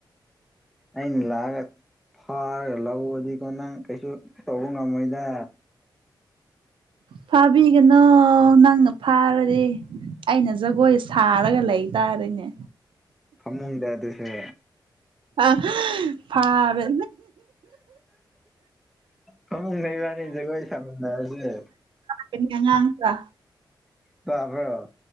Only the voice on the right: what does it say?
ꯐꯥꯕꯤꯒꯅꯣ ꯅꯪꯅ ꯐꯥꯔꯗꯤ ꯑꯩꯅ ꯖꯒꯣꯏ ꯁꯥꯔꯒ ꯂꯩꯇꯥꯔꯦꯅꯦ
ꯑ ꯐꯕ
ꯀꯅꯤ ꯑꯉꯥꯡ ꯀ